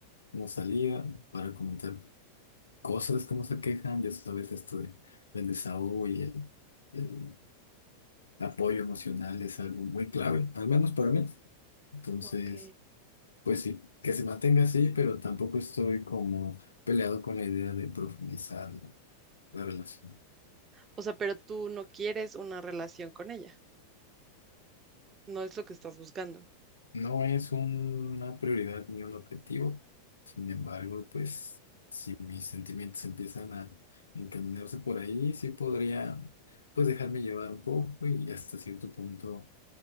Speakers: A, on the left (about 70°); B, on the right (about 25°).
A: una salida para comentar cosas, cómo se quejan, ya sabes, esto de- del desahogo y el, y el apoyo emocional es algo muy clave, al menos para mí. Entonces,
B: Ok.
A: pues sí, que se mantenga así, pero tampoco estoy como peleado con la idea de profundizar la, la relación.
B: O sea, pero tú no quieres una relación con ella. No es lo que estás buscando.
A: No es una prioridad ni un objetivo, sin embargo, pues si mis sentimientos empiezan a encaminarse por ahí, sí podría pues dejarme llevar un poco y hasta cierto punto